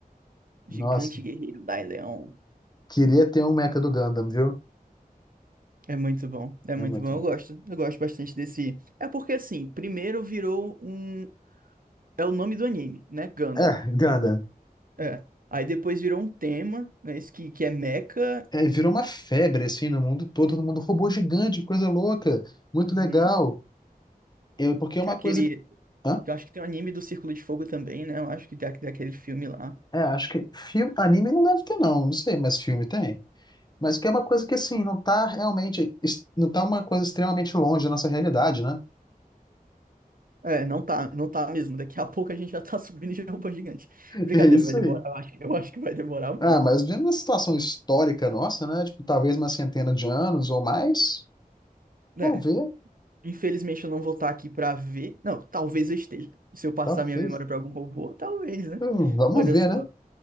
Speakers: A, on the right; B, on the left.
A: Gigante
B: Nossa,
A: guerreiro Daileon.
B: queria ter um meca do Gundam, viu?
A: É muito bom, é
B: É
A: muito
B: muito
A: bom, eu
B: bom.
A: gosto. Eu gosto bastante desse. É porque assim, primeiro virou um. É o nome do anime, né? Gundam.
B: É, Gundam.
A: É. Aí depois virou um tema, né? Isso que, que é Mecha.
B: É, virou uma febre, assim, no mundo todo, todo mundo, robô gigante, coisa louca, muito
A: Uhum.
B: legal. Eu, porque é
A: Que
B: uma
A: é aquele.
B: coisa que. Hã?
A: Eu acho que tem um anime do Círculo de Fogo também, né? Eu acho que tem aquele filme lá.
B: É, acho que filme, anime não deve ter, não, não sei, mas filme tem. Mas que é uma coisa que, assim, não tá realmente. es- Não tá uma coisa extremamente longe da nossa realidade, né?
A: É, não tá, não tá mesmo. Daqui a pouco a gente já tá <laughs> subindo de robô gigante.
B: <laughs>
A: Brincadeira,
B: É isso
A: vai demorar.
B: aí.
A: Eu acho, eu acho que vai demorar muito.
B: Ah, mas vendo uma situação histórica nossa, né? Tipo, talvez uma centena de anos ou mais.
A: Né?
B: Vamos ver,
A: Infelizmente eu não vou estar aqui pra ver. Não, talvez eu esteja. Se eu passar
B: talvez.
A: minha memória pra algum robô, talvez, né?
B: Hum, Vamos
A: Olha
B: ver,
A: só,
B: né?